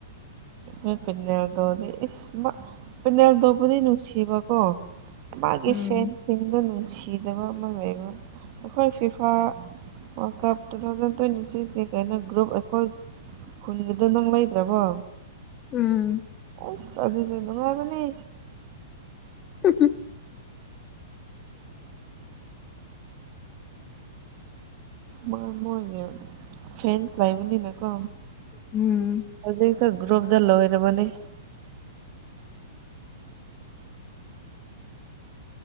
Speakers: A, on the right; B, on the left.
A: ꯅꯣꯢ ꯄꯤꯅꯥꯜ ꯗꯣꯗꯤ ꯏꯁ ꯃꯥ ꯄꯤꯅꯥꯜꯗꯣꯕꯨꯗꯤ ꯅꯨꯡꯁꯤꯕ ꯀꯣ ꯃꯥꯒꯤ
B: ꯎꯝ
A: ꯐꯦꯟꯁ ꯆꯤꯡꯗ ꯅꯨꯡꯁꯤꯗꯕ ꯑꯃ ꯂꯩꯕ ꯑꯈꯣꯏ FIFA world cup two thousand twenty ꯁꯤꯛꯁꯀꯤ ꯀꯩꯅ ꯒ꯭ꯔꯨꯞ ꯑꯩꯈꯣꯏ ꯈꯨꯟꯒꯤꯗ ꯅꯪ ꯂꯩꯗ꯭ꯔꯕꯣ
B: ꯎꯝ
A: ꯑꯁ ꯑꯗꯨꯗꯤ ꯅꯨꯡꯉꯥꯏꯕꯅꯤ
B: <unintelligible>
A: ꯃ ꯃꯣꯢꯒꯤ ꯐꯦꯟꯁ ꯂꯩꯕꯅꯤꯅ ꯀꯣ
B: ꯎꯝ
A: ꯍꯧꯖꯤꯛꯁꯨ ꯒ꯭ꯔꯨꯞꯇ ꯂꯣꯏꯔꯕꯅꯤ